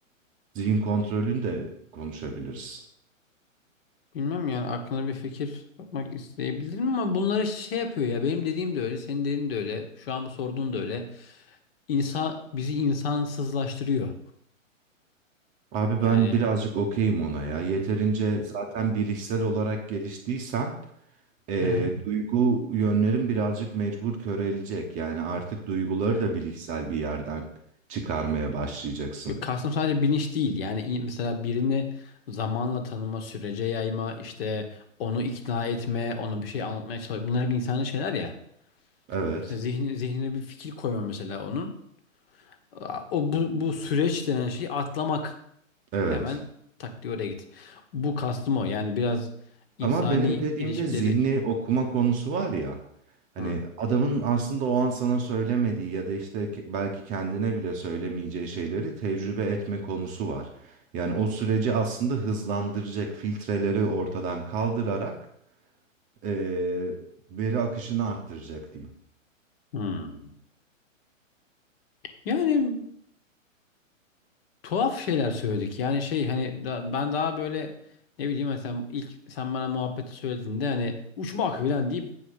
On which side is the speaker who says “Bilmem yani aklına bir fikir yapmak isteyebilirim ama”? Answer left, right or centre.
Left